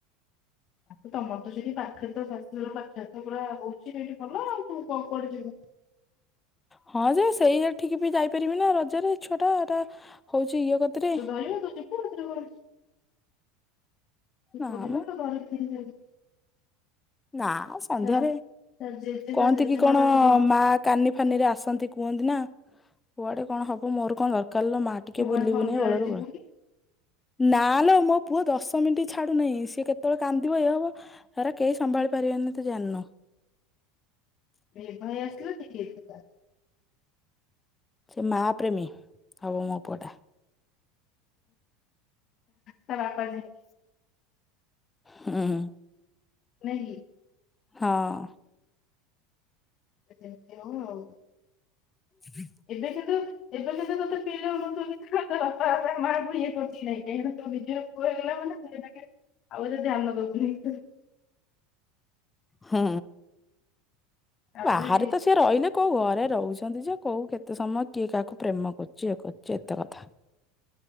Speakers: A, on the left (about 45°); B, on the left (about 15°).
A: ଆଉ ତମର ତ ସେଠି ପାଖରେ ତ ଶାଶୁଘର ପାଖରେ ତ ପୁରା ହଉଛି ଭଲ ଆଉ ତୁ କୁଆଡେ ଯିବୁ
B: ହଁ ଯେ ସେଇଆଠିକି ବି ଯାଇପାରିବି ନା ରଜ ଛୁଆଟା ଏଟା ହଉଛି ଇଏ କତିରେ।
A: କ <inaudible> କହୁ ହ <inaudible> ତୁ
B: ନା
A: ପିବା
B: ମ
A: ତ ଘରେ ୁ <inaudible>
B: ନା ଆଉ ସନ୍ଧ୍ୟାରେ
A: ତା ତା ଜେଜେ
B: କହନ୍ତି
A: ତା ଜେଜେମା
B: କି କଣ
A: ତାକୁ ଧ
B: ମା କାନି ଫାନିରେ ଆସନ୍ତି କୁହନ୍ତି ନା କୁଆଡ଼େ କଣ ହବ ମୋର କଣ ଦରକାରେ ଲୋ ମା। ଟିକେ
A: ତୁ କଣ
B: ବୁଲିବୁନି
A: ସନ୍ଧ୍ୟାବେଳେ
B: ଓଳାରୁ
A: ଯିବୁ
B: ବୋଳା।
A: କି?
B: ନା ନା ମୋ ପୁଅ ଦଶ ମିନିଟ୍ ଛାଡୁ ନାହିଁ ସିଏ କେତେବେଳେ କାନ୍ଦିବ ଇଏ ହବ ସେଗରା କେହି ସମ୍ଭାଳି ପାରିବେନି ତୁ ଜାଣିନୁ।
A: ଭ ଭୟ ଆସଲ କିିକେ <inaudible>
B: ସେ ମା ପ୍ର୍ରେମୀ ହବ ମୋ ପୁଅଟା।
A: ଚପ <inaudible>
B: ହୁଁ ହୁଁ।
A: ନାଇଁ।
B: ହଁ।
A: ସେ ସେମିତି ହଉ ଆଉ।
B: ହୁଁ <unintelligible>
A: ଏବେ ସେତ ଏବେ ସେତ ତୋତେ ପିଲା ହୁହୁ ବାପା ମାଆ କଙ୍କୁ ଇଏ କରୁଛି ନାଇଁ କାହିଁକି ତ ବିଜ <unintelligible> କହିଇଗଲା ମାନେ ସେଇଟାକେ ଆଉ ଏ ଧ୍ୟାନ ଦବୁନି <unintelligible>
B: ହୁଁ
A: ଆହୁରି
B: ବାହାରେ ତ ସେ ରହିଲେ। କୋଉ ଘରେ ରହୁଛନ୍ତି ଯେ କୋଉ କେତେ ସମୟ କିଏ କାହାକୁ ପ୍ରେମ କରୁଛି ଇଏ କରୁଛି ଏତେ କଥା।